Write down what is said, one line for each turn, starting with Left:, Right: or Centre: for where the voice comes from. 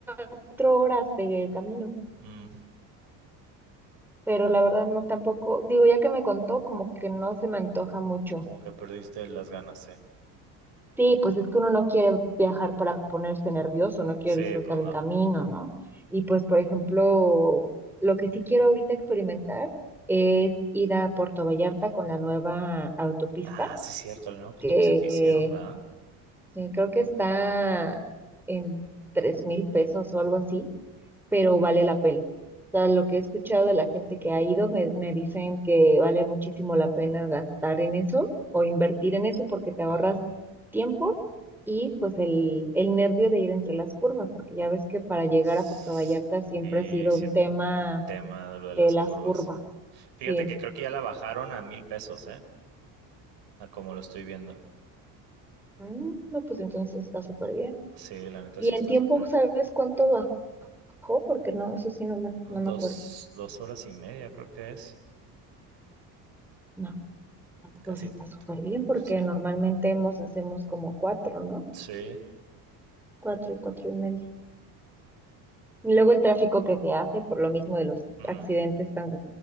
Centre: cuatro horas de camino.
Right: Mm,
Centre: Pero la verdad no tampoco, digo, ya que me contó, como que no se me antoja mucho.
Right: como que perdiste las ganas, sí.
Centre: Sí, pues es que uno no quiere viajar para ponerse nervioso, no quiere
Right: Sí,
Centre: disfrutar
Right: pues no.
Centre: el camino, ¿no? Y pues, por ejemplo, lo que sí quiero ahorita experimentar es ir a Puerto Vallarta con la nueva autopista,
Right: Ah, sí, cierto, no, pues
Centre: que
Right: tuviste que hicieron,
Centre: eh,
Right: ¿verdad?
Centre: sí, creo que está en tres mil pesos o algo así, pero vale la pena. O sea, lo que he escuchado de la gente que ha ido, me, me dicen que vale muchísimo la pena gastar en eso o invertir en eso porque te
Right: Ajá.
Centre: ahorras tiempo y pues el, el nervio de ir entre las curvas, porque ya ves que para llegar
Right: Sí,
Centre: a Puerto Vallarta siempre ha sido
Right: siempre
Centre: un tema
Right: un tema de lo de
Centre: de
Right: las
Centre: las
Right: curvas.
Centre: curvas.
Right: Fíjate
Centre: Sí.
Right: que creo que ya la bajaron a mil pesos, ¿eh? A como lo estoy viendo.
Centre: Mm, no, pues entonces está súper bien.
Right: Sí, la neta
Centre: ¿Y
Right: sí
Centre: en
Right: está
Centre: tiempo
Right: súper
Centre: sabes cuánto bajó? Porque no, eso sí no me,
Right: bien.
Centre: no me
Right: Dos,
Centre: acuerdo.
Right: dos horas y media creo que es.
Centre: No.
Right: Casi,
Centre: Pues está súper bien porque
Right: sí.
Centre: normalmente hemos, hacemos como cuatro, ¿no?
Right: Sí,
Centre: Cuatro y cuatro y medio. Y luego el tráfico que se hace por lo mismo de los
Right: mm,
Centre: accidentes tan